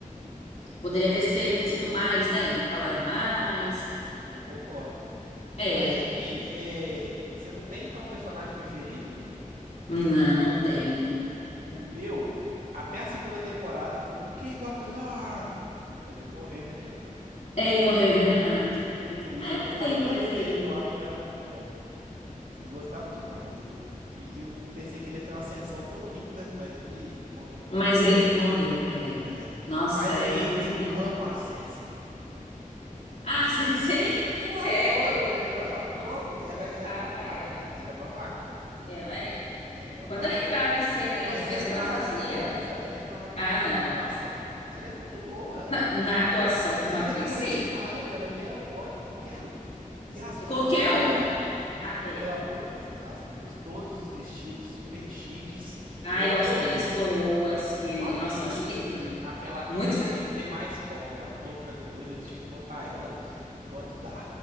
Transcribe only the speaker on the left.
Poderia ter, se- ter
sido mais, né?
Falado mais.
É,
não, não tenho.
É, Ele morreu envenenado.
Ah, eu
não tenho
preferido.
Mas ele morreu, é.
Nossa,
é
o veneno.
Ah, <laughs> sei, sei.
Sério?
Nossa, eu não suportava
ela.
Ela é.
Quando
ela entrava em cena ali,
as coisas
que
ela fazia.
Ah, não.
Não,
na atuação como
atriz,
sim.
Qualquer
um.
Ah, é.
Ah,
eu
acho lindo as coroas que.
Nossa, eu acho lindo também.
Muito
feio.